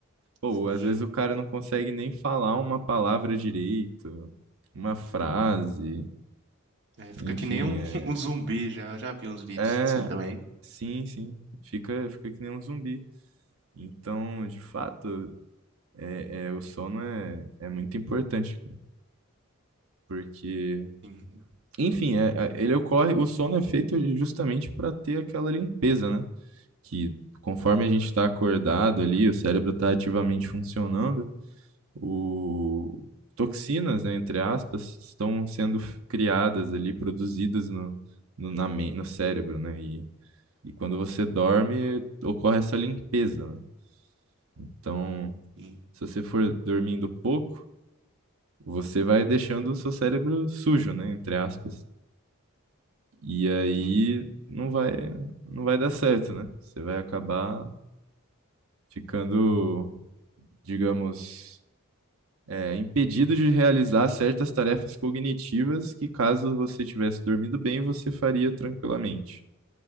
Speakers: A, on the right; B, on the right.
A: Pô,
B: Sim.
A: às vezes o cara não consegue nem falar uma palavra direito, uma frase,
B: É, fica
A: enfim,
B: que nem um,
A: é,
B: <laughs> um zumbi já. Eu já vi uns vídeos
A: é
B: assim também.
A: sim, sim, fica, fica que nem um zumbi. Então, de fato, é, é, o sono é, é muito importante, cara, porque,
B: Sim,
A: enfim, é, é- ele ocorre, o sono é feito justamente para ter aquela limpeza, né? que conforme a gente está acordado ali, o cérebro está ativamente funcionando, o... toxinas, né, entre aspas, estão sendo criadas ali, produzidas no, no, na me- no cérebro, né? E, e quando você dorme, ocorre essa limpeza, né? Então,
B: sim,
A: se você for dormindo pouco, você vai deixando o seu cérebro sujo, né, entre aspas. E aí
B: sim,
A: não vai não vai dar certo, né? Você vai acabar ficando, digamos, é, impedido de realizar certas tarefas cognitivas que, caso você tivesse dormido bem, você faria tranquilamente.